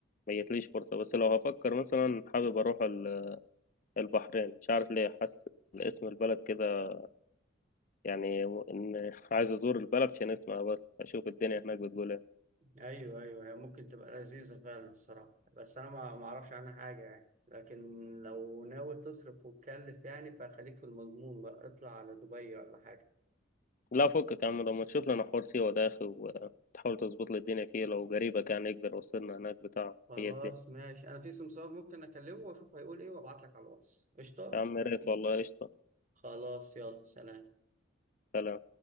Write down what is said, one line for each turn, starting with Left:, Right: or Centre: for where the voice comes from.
Left: ما جتليش فرصه بس لو هفكر مثلا حابب اروح ال- البحرين مش عارف ليه حاسس اسم البلد كده يعني و- ان <laughs> عايز ازور البلد عشان اسمها بس اشوف الدنيا هناك بتقول ايه
Right: ايوه ايوه هي ممكن تبقى لذيذه فعلا الصراحه بس انا ما ما اعرفش عنها حاجه يعني لكن لو ناوي تصرف وتكلف يعني فخليك في المضمون بقى اطلع على دبي ولا حاجه
Left: لا فكك يا عم لما تشوف لنا حوار سيوه ده يا اخي وتحاول تظبط لي الدنيا فيه لو قريبك يعني يقدر يوصلنا هناك بتاع
Right: خلاص
Left: هي دي
Right: ماشي انا في سمسار ممكن اكلمه واشوف هيقول ايه وابعت لك على الواتس قشطه
Left: يا عم يا ريت والله قشطه
Right: خلاص يلا سلام
Left: سلام